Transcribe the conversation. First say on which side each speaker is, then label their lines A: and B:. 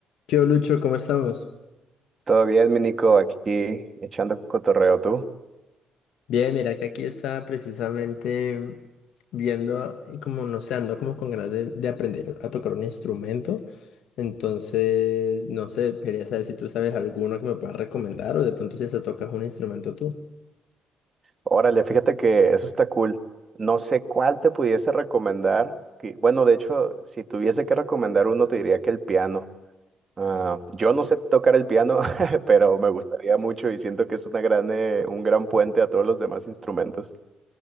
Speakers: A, on the left; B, on the right.
A: ¿Qué hubo, Lucho? ¿Cómo estamos?
B: Todo bien, mi Nico, aquí echando cotorreo tú.
A: Bien, mira que aquí estaba precisamente mm, viendo y como no sé, ando como con ganas de, de aprender a tocar un instrumento. Entonces, no sé, quería saber si tú sabes alguno que me puedas recomendar o de pronto si hasta tocas un instrumento tú.
B: Órale, fíjate que eso está cool. No sé cuál te pudiese recomendar. que- Bueno, de hecho, si tuviese que recomendar uno, te diría que el piano. Ah, yo no sé tocar el piano, <laughs> pero me gustaría mucho y siento que es una gran, eh, un gran puente a todos los demás instrumentos.